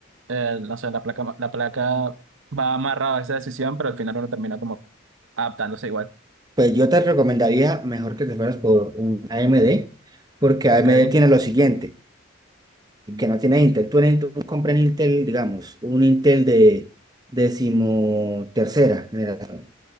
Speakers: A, on the right; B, on the right.
A: eh, no sé, la placa, la placa va amarrada a esa decisión, pero al final uno termina como adaptándose igual.
B: pues yo te recomendaría mejor que te fueras por un AMD, porque AMD
A: Ok,
B: tiene lo siguiente. que no tiene Intel. Tú, en Intel- tú compras en Intel, digamos, un Intel de decimotercera generación.